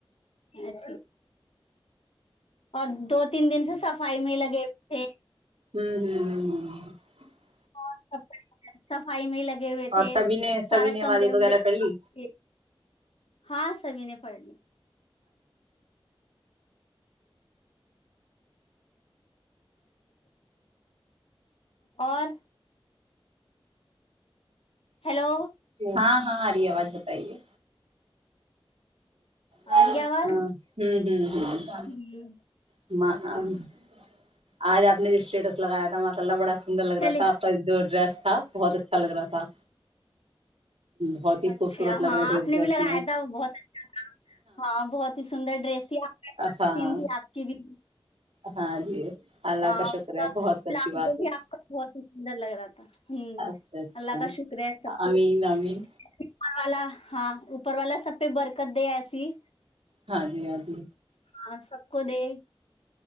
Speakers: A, on the left; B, on the right.
A: اچ اور دو تین دن سے صفائی میں لگے ہاں
B: ہوں ہ ہ ہ
A: اور سب سفائی میں ہی لگ لگے ہوئے
B: اور
A: تھے
B: سبھی نے
A: سارا
B: سبھی نے
A: کمرے
B: عبادت
A: ومرے
B: وغیرہ
A: س
B: کر لی
A: ہاں سبھی نے فائڈ ہ اور ہیلو
B: ہاں ہاں آ آواز بتائیے ہاں
A: رہی ہے آواز
B: ہوں ہ
A: ہ
B: ہ <unintelligible> آج آپ نے جو اسٹیٹس لگایا تھا ماسال اللہ بڑا سندر لگ
A: چلے
B: رہا تھا آپ کا جو ڈریس تھا بہت اچھا لگ رہا تھا بہت ہی
A: اچھا
B: خوبصورت لگ
A: ہاں
B: رہے تھے
A: آپ
B: اس
A: نے
B: ڈریس
A: بھی لگایا
B: میں
A: تھا بہت اچھا ہاں بہت ہی سندر ڈریس تھی آپ
B: ہاں
A: سین تھی آپ کی بھی
B: ہاں جی اللہ
A: ہاں
B: شکر
A: اس کا
B: ہے بہت
A: پلازو
B: اچھی بات ہے
A: بھی آپ کا بہت ہی سندر لگ رہا تھا ہوں
B: اچھا اچھا
A: اللہ کا شکر ہے سب کو
B: امین امین
A: امر والا <unintelligible> ہاں اوپر والا سب پہ برکت دے ایسی
B: ہاں جی ہاں جی
A: ہاں سب کو دے